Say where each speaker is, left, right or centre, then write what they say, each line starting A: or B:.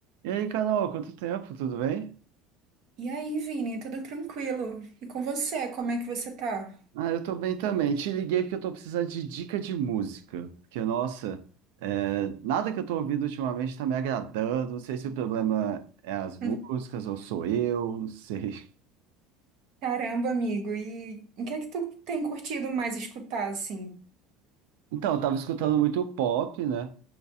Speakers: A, on the right; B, on the right.
A: E aí, Carol, quanto tempo? Tudo bem?
B: E aí, Vini, tudo tranquilo? E com você, como é que você tá?
A: Ah, eu tô bem também. Te liguei porque eu tô precisando de dica de música. Porque, nossa, é, nada que eu tô ouvindo ultimamente tá me agradando. Não sei se o problema é as músicas
B: <laughs>
A: ou sou eu, não sei.
B: Caramba, amigo, e o que é que tu tem curtido mais escutar, assim?
A: Então, eu tava escutando muito pop, né?